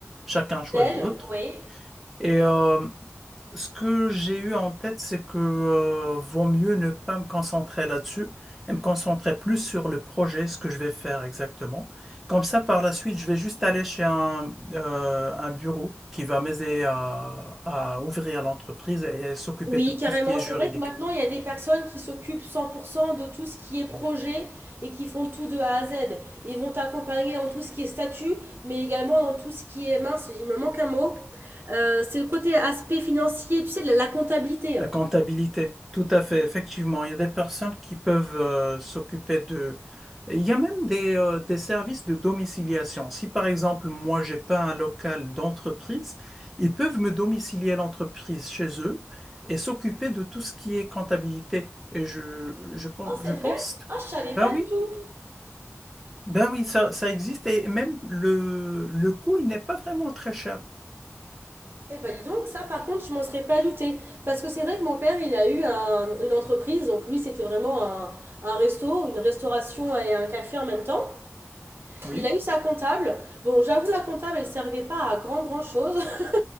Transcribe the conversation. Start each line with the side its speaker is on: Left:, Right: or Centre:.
Centre: chacun choix
Right: D'elle,
Centre: de l'autre.
Right: oui.
Centre: et euh, ce que j'ai eu en tête, c'est que euh, vaut mieux ne pas me concentrer là-dessus et me concentrer plus sur le projet, ce que je vais faire exactement. Comme ça, par la suite, je vais juste aller chez un, euh, un bureau qui va m'aider à, à ouvrir l'entreprise et, s'occuper
Right: Oui,
Centre: de tout
Right: carrément.
Centre: ce qui est
Right: C'est
Centre: juridique.
Right: vrai que maintenant, il y a des personnes qui s'occupent 100% de tout ce qui est projet et qui font tout de A à Z. Ils vont t'accompagner dans tout ce qui est statut, mais également dans tout ce qui est mince. Il me manque un mot. Euh, c'est le côté aspect financier, tu sais, de la, la comptabilité.
Centre: La comptabilité, tout à fait, effectivement. Il y a des personnes qui peuvent euh, s'occuper de... Il y a même des, euh, des services de domiciliation. Si par exemple, moi, j'ai pas un local d'entreprise, ils peuvent me domicilier l'entreprise chez eux et s'occuper de tout ce qui est comptabilité. Et je, je, pen-
Right: Oh,
Centre: je
Right: c'est
Centre: pense...
Right: vrai? Ah, je savais
Centre: Ben
Right: pas du
Centre: oui,
Right: tout.
Centre: ben oui, ça, ça existe et même le, le coût, il n'est pas vraiment très cher.
Right: Eh ben, dis donc, ça, par contre, je m'en serais pas douté. Parce que c'est vrai que mon père, il a eu un- une entreprise. Donc, lui, c'était vraiment un, un resto, une restauration et un café en même temps.
Centre: Oui,
Right: Il a eu sa comptable. Bon, j'avoue, la comptable, elle servait pas à grand grand chose. <laughs>